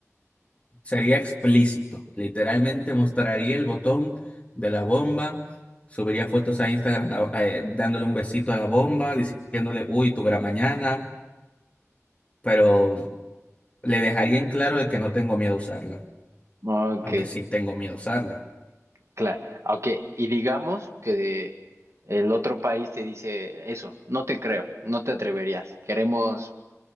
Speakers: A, on the left; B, on the right.
A: Sería explícito. Literalmente mostraría el botón de la bomba, subiría fotos a Instagram a- eh, dándole un besito a la bomba, diciéndole, uy, tú verás mañana, pero le dejaría en claro de que no tengo miedo a usarla
B: Ok,
A: aunque sí tengo miedo a usarla.
B: Claro, ok, y digamos que de- el otro país te dice eso, no te creo, no te atreverías, queremos,